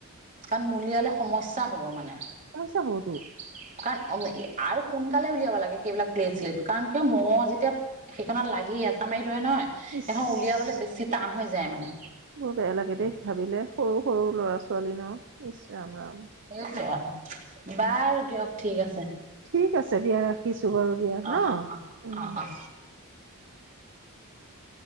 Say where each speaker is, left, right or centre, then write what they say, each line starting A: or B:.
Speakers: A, on the right; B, on the right.
A: কাৰণ নুলিয়ালে সমস্যা হব মানে।
B: সমস্যা হ'ব টো।
A: <unintelligible> সোনকালে উলিয়াব লাগে সেইবিলাক প্লেট- স্লেট কাৰণ কিয় মঙহ যেতিয়া সেইখনত লাগি হেঁচা মাৰি ধৰে নহয়
B: ইছ
A: এখন উলিয়াবলৈ বেছি টান হৈ যায় মানে।
B: বৰ বেয়া লাগে দেই ভাবিলে সৰু, সৰু ল'ৰা- ছোৱালী ন, ইচ ৰাম, ৰাম।
A: সেইটোৱে আৰু বাৰু দিয়ক ঠিক আছে।
B: ঠিক আছে দিয়া ৰাখিছো বাৰু। দিয়া
A: অ'অ'অ'অ'অ'
B: ন উম